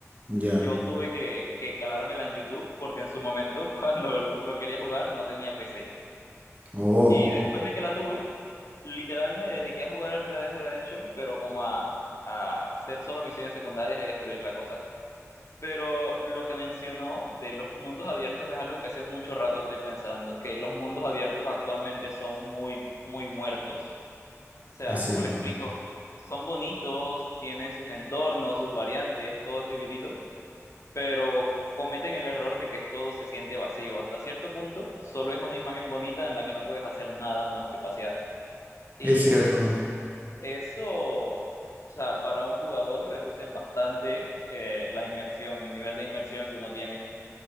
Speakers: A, on the right (about 30°); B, on the left (about 65°).
A: Ya,
B: Yo tuve que, que calármela en YouTube porque en su momento, <laughs> cuando lo quería jugar, no tenía PC.
A: oh,
B: Y después de que la tuve, literal me dediqué a jugar al Red Dead Redemption, pero como a, a hacer solo misiones secundarias y destruir la cosa. Pero lo que mencionó de los mundos abiertos es algo que hace mucho rato estoy pensando, que los mundos abiertos actualmente son muy, muy muertos. O sea,
A: es cierto,
B: ¿cómo le explico? Son bonitos, tienen sus entornos, sus variantes, todo es dividido, pero cometen el error de que todo se siente vacío. Hasta cierto punto, solo es una imagen bonita en la que no puedes hacer nada más que pasear. Y
A: es cierto.
B: eso, o sea, para un jugador reducen bastante eh, la inmersión, el nivel de inmersión que uno tiene.